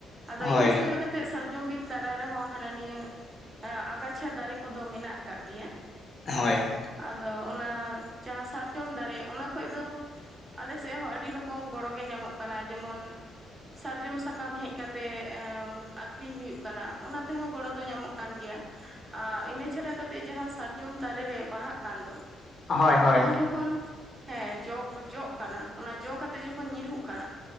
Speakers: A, on the right; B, on the left.
A: ᱟᱫᱚ
B: ᱦᱳᱭ
A: ᱤᱱᱟᱹ ᱪᱷᱟᱰᱟ ᱠᱟᱛᱮ ᱛᱮ ᱥᱟᱨᱡᱚᱢᱵᱤᱨ ᱛᱟᱞᱟ ᱨᱮᱦᱚᱸ ᱦᱟᱱᱟ ᱱᱤᱭᱟᱹ ᱟᱜᱟᱪᱷᱟ ᱫᱟᱨᱮ ᱠᱚᱫᱚ ᱢᱮᱱᱟᱜ ᱟᱠᱟᱫ ᱜᱮᱭᱟ᱾
B: ᱦᱳᱭ᱾
A: ᱟᱫᱚ ᱚᱱᱟ ᱡᱟᱦᱟᱸ ᱥᱟᱨᱡᱚᱢ ᱫᱟᱨᱮ ᱚᱱᱟ ᱠᱷᱚᱡ ᱫᱚ ᱟᱞᱮ ᱥᱮᱜ ᱦᱚᱸ ᱟᱹᱰᱤ ᱞᱚᱠᱚᱢ ᱜᱚᱲᱚᱜ ᱜᱮ ᱧᱟᱢᱚᱜ ᱠᱟᱱᱟ ᱡᱮᱢᱚᱱ᱾ ᱥᱟᱨᱡᱚᱢ ᱥᱟᱠᱟᱢ ᱦᱮᱡ ᱠᱟᱛᱮᱜ ᱮᱸ ᱟᱠᱷᱨᱤᱧ ᱦᱩᱭᱩᱜ ᱠᱟᱱᱟ ᱚᱱᱟ ᱛᱮᱦᱚᱸ ᱜᱚᱲᱚ ᱫᱚ ᱧᱟᱢᱚᱜ ᱠᱟᱱ ᱜᱮᱭᱟ᱾ ᱟᱸᱻ ᱤᱱᱟᱹ ᱪᱷᱟᱰᱟ ᱠᱟᱛᱮᱜ ᱡᱟᱦᱟᱸ ᱥᱟᱨ ᱡᱚᱢ ᱫᱟᱨᱮ ᱨᱮ ᱵᱟᱦᱟᱜ ᱠᱟᱱ ᱫᱚ,
B: ᱦᱳᱭ
A: ᱚᱱᱟ
B: ᱦᱳᱭ
A: ᱵᱟᱦᱟ ᱡᱚᱠᱷᱚᱱ ᱦᱮᱸ ᱡᱚ, ᱡᱚᱜ ᱠᱟᱱᱟ, ᱚᱱᱟ ᱡᱚ ᱠᱟᱛᱮᱜ ᱡᱚᱠᱷᱚᱱ ᱧᱩᱨᱦᱩᱜ ᱠᱟᱱᱟ᱾